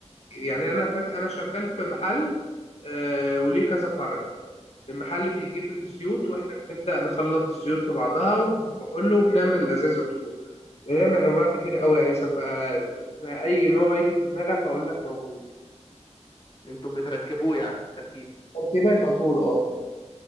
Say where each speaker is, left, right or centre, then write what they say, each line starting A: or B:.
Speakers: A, on the left (about 60°); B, on the left (about 45°).
A: يعني أنا فات أنا شغال في محل آه، وليه كذا فرع المحل بيجيب الزيوت
B: اه
A: وإحنا بنبدأ نخلص الزيوت في بعضها وبالكحول وبنعمل أزاز عطور بنعمل أنواع كتير قوي يا هيثم بقى زي أي نوع يجي في دماغك هقول لك موجود
B: انتوا بتركبوه يعني تركيب
A: تركيبات عطور أه